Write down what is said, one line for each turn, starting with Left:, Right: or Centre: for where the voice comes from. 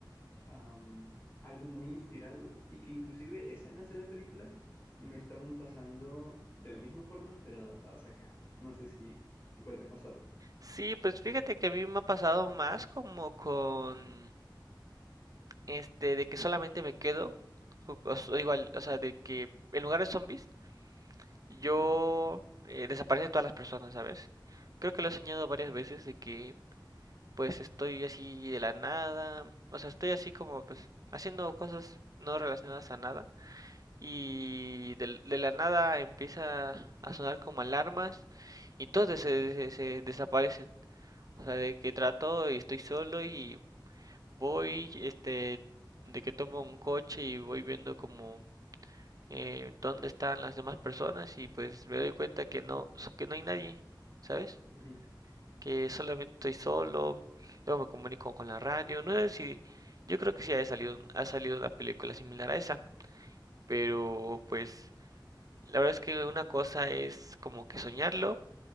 Left: am, algo muy inspirado y que inclusive escenas de la película me estaban pasando de la misma forma, pero adaptadas acá. No sé si igual te ha pasado.
Right: Sí, pues fíjate que a mí me ha pasado más como con este de que solamente me quedo, o, o- o igual, o sea, de que en lugar de zombies yo
Left: Ujú,
Right: eh, desaparecen todas las personas, ¿sabes? Creo que lo he soñado varias veces de que pues estoy así de la nada, o sea, estoy así como pues haciendo cosas no relacionadas a nada y del- de, la nada empieza a sonar como alarmas y todos des- se, se desaparecen. O sea, de que trato y estoy solo y voy, este, de que tomo un coche y voy viendo como eh, dónde están las demás personas y pues me doy cuenta que no, que no hay nadie, ¿sabes?
Left: ujú.
Right: Que solamente estoy solo, luego me comunico con la radio, no sé si, yo creo que sí ha salido, ha salido una película similar a esa, pero pues la verdad es que una cosa es como que soñarlo